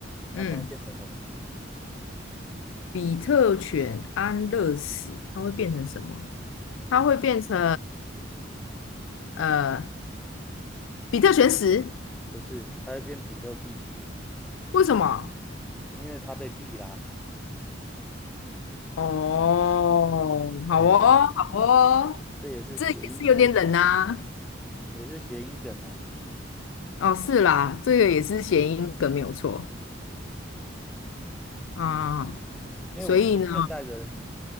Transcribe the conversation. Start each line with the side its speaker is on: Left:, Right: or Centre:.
Centre: 那它会变成什么？
Left: 嗯，比特犬安乐死，它会变成什么？
Centre: 嗯，
Left: 它会变成呃，比特犬死？
Centre: 不是，它会变比特币，
Left: 为什么？
Centre: 因为它被币啦。
Left: 哦，
Centre: 哎，
Left: 好哦，好哦，
Centre: 这也是谐音梗，
Left: 这也是有点冷呐、
Centre: 也是谐音梗呐、
Left: 哦，是啦，这个也是谐音梗，没有错啊。
Centre: 嗯，因为我觉得现代人，
Left: 所以呢？